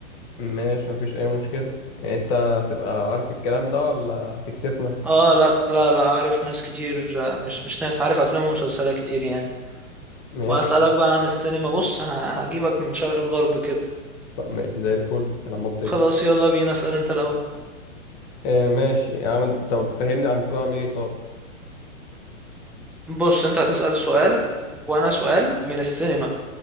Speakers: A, on the left; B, in the centre.
A: ماشي مفيش أي مشكلة يعني انت هتبقى عارف الكلام ده ولا هتكسفنا
B: اه لا لا لا عارف ناس كتير آه، مش مش ناس عارف افلام ومسلسلات كتير يعني
A: ماشي
B: واسالك بقى عن السينما بص ه- هجيبك من شرق الغرب كده
A: طب ما- زي الفل كلام منطقي
B: خلاص يلا بينا اسال انت الاول
A: آه ماشي يا عم طب فهمني المفروض أعمل ايه طب
B: بص انت هتسأل سؤال وانا سؤال من السينما